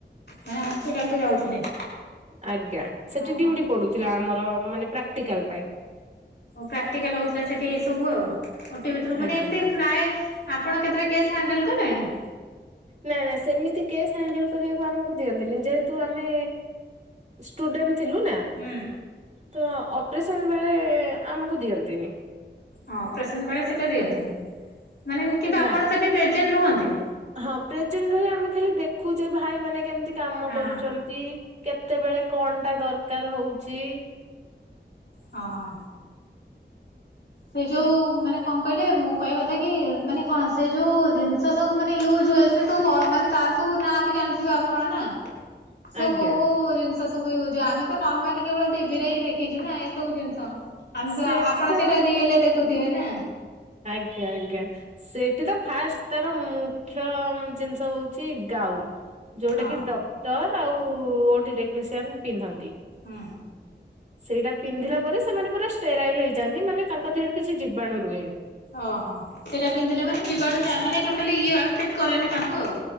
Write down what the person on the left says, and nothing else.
ମାନେ ହସ୍ପିଟାଲ କୁ ଯାଉଥିଲେ।
ଓହୋ।
ପ୍ରାକ୍ଟିକାଲ ହଉଥିଲା ସେଠି ଏଇ ସବୁ ଆଉ ଓଟି ଭିତରକୁ
ଏମତି ପ୍ରାୟ ଆପଣ କେତେଟା କେସ୍ ହ୍ୟାଣ୍ଡେଲ କଲେଣି?
ହୁଁ।
ହଁ ଅପରେସନ ବେଳେ ସେଇଟା ଦିଅନ୍ତିନି ମାନେ କିନ୍ତୁ ଆପଣ
ସେଠି ପ୍ରେଜେଣ୍ଟ ରୁହନ୍ତି।
ହଁ।
ହଁ। ସେଇ ଯୋଉ ମାନେ କଣ କହିଲେ ମୁଁ କହିବା କଥା କି ମାନେ କଣ ସେ ଯୋଉ ଜିନିଷ ସବୁ ମାନେ ୟୁଜ ହୁଏ। ସେ ସବୁ ମାନେ ତାର ସବୁ ନାଁ ବି ଜାଣିଥିବେ ଆପଣ ନା। ସବୁ
କୋଉ କୋଉ ଜିନିଷ ସବୁ ୟୁଜ ହୁଏ ଆମେ ତ ନର୍ମାଲି କେବଳ ଟିଭିରେ ହିଁ ଦେଖିଛୁ ନା। ସବୁ ଜିନିଷ ଆମେ
ତ ଆପଣ
ସେଇଟା ରିଏଲରେ ଦେଖୁଥିବେ ନା।
ହଁ
ହୁଁ।
ଓହୋ ସେଇଟା ପିନ୍ଧିଲେ ମାନେ ଜୀବାଣୁ ଯ ମାନେ ଟୋଟାଲି ମାନେ ଅଫେକ୍ଟ କରେନି ତାଙ୍କୁ ଆଉ।